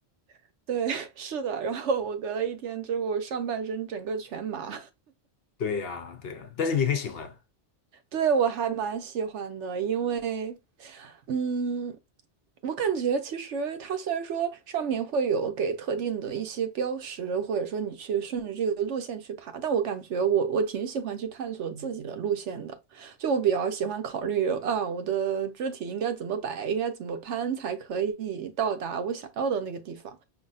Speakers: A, on the right; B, on the left.
A: <laughs> 对，是的，然后我隔了一天之后，上半身整个全麻。
B: 对呀，对呀，但是你很喜欢。
A: 对，我还蛮喜欢的，因为，嗯，我感觉其实它虽然说上面会有给特定的一些标识，或者说你去顺着这个路线去爬，但我感觉我我挺喜欢去探索自己的路线的，就我比较喜欢考虑啊，我的肢体应该怎么摆，应该怎么攀才可以到达我想要的那个地方。